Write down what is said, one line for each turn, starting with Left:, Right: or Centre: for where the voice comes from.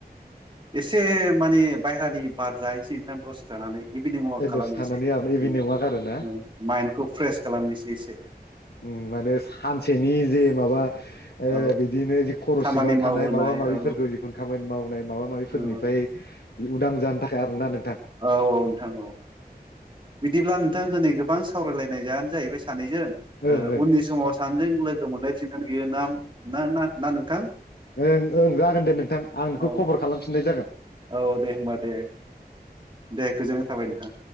Right: एसे माने बायहानि बार जाहैसै ओंख दसि थानानै। इभिनिं वाक खालामनोसै
Left: दसे थानानै
Right: उं
Left: आरो इभिनिं वाक आरो ना
Right: उं माइन्दखौ फ्रेस खालामनोसै। बेसे
Left: उम मानो सानसेनि जे माबा ओ
Right: औ
Left: बिदिनो खर
Right: खामानि
Left: जि सिङाव
Right: मावबोनाय
Left: थानाय माबा माबिफोरखौ
Right: औ
Left: जिखुनु खामानि मावनाय माबा माबिफोरनिफ्राय
Right: औ
Left: बि उदां जानो थाखाय आरो ना नों
Right: औ औ नोंथां औ बिदिब्ला नोंथां दिनै गोबां सो सावरायलायनायानो जाहैबाय। सानैजों ओ
Left: ओं ओं
Right: उननि समाव सानैजों लोगो मोननाय फि <unintelligible> बियो ना ना ना नोंथां
Left: ओं ओं जागोन दे नोंथां आं नोंखौ
Right: औ
Left: खबर खालामफिननाय जागोन
Right: औ दे होमबा दे दे गोजोनाय थाबाय नोंथां